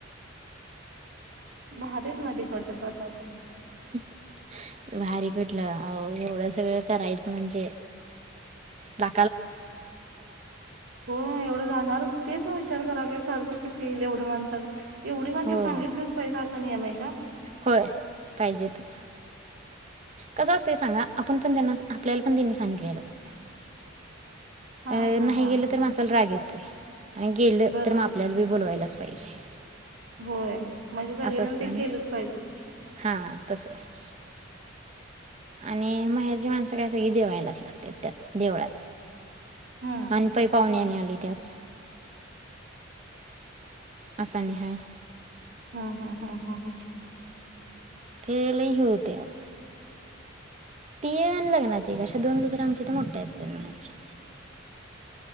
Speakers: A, on the right (about 70°); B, on the right (about 35°).
A: भारीच म तिकडच्या प्रथास
B: भारीकटलं अ एवढं सगळं करायचं म्हणजे बा
A: हो एवढं जाणारच तेच ना विचार कराल खर्च किती येईल एवढं माणसाचा एवढी माणसं
B: होय.
A: सांगितलीच पाहिे असा नियम आहे का
B: होय पाहिजेतच. कसं असते सांगा आपण पण त्यांना आपल्याला पण त्यांनी सांगितलेलं असते
A: हा
B: अ
A: हा
B: नाही
A: हा
B: गेलं
A: हा
B: तर मसाला राग येत ते आणि गेलं
A: बरोबर
B: तर मग,
A: आहे
B: आपल्यात बी बोलवायलाचं पैसे
A: होय म्हणजे, सगळेजण
B: असतंय
A: ते केलंच
B: ना
A: पाहिजे.
B: हां तसं आहे आणि माहेरची माणसं काय सगळी जेवायलाच लागत्यात त्यात देवळात.
A: हम्म
B: आणि पै पाहुणे आणि आली. येत्यात. आस आणि हाय.
A: ह हम. हा हा हा.
B: ते लय हे होतय आवं. ती एक आणि लग्नाची एक अशा दोन ग्रामच्या तर मोठ्या असत्यातं म्हणायच्या.